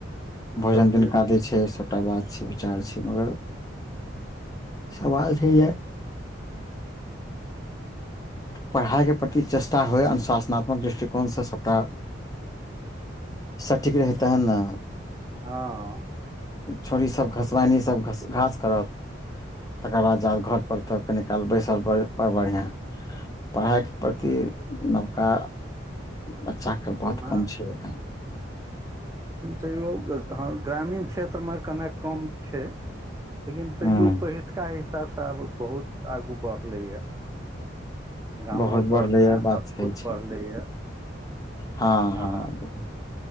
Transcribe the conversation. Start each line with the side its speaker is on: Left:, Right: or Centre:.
Right: ईसभ
Left: भोजन दिन
Right: जे
Left: कदै छै सबटा बात छै विचार छै मगर सवाल छै य पढ़ाइके प्रति चेटा होए अनुशासनात्मक दृष्टिकोणसँ सभटा सठीक रहत तहन न
Right: हँ
Left: छोरी सभ घसबैनी सभ घ घास करत तकर बाद जात घर पर तऽ कनी काल बैसल बड़ बड़ बढ़िआँ पढ़ाइके प्रति नबका बच्चाके बहुत
Right: ओना
Left: कम छै हन
Right: तैयौ हँ ग्रामीण क्षेत्र मे कनेक कम छै लेकिन तैयओ
Left: हूँ
Right: पहिलुका हिसाब सँ आब बहुत आगू बढ़लैए गामो
Left: बहुत
Right: घर
Left: बढ़लैए
Right: है
Left: बात
Right: आब
Left: सही
Right: खुद
Left: छै
Right: पढ़ले ये
Left: हँ हँ
Right: आ